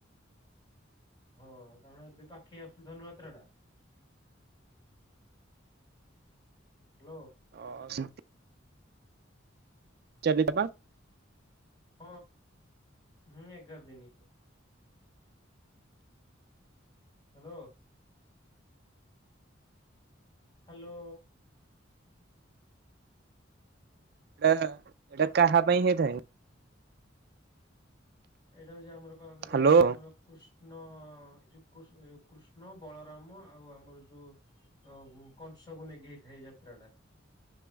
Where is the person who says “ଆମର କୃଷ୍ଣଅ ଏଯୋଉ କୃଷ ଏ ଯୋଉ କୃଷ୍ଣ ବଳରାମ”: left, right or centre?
Left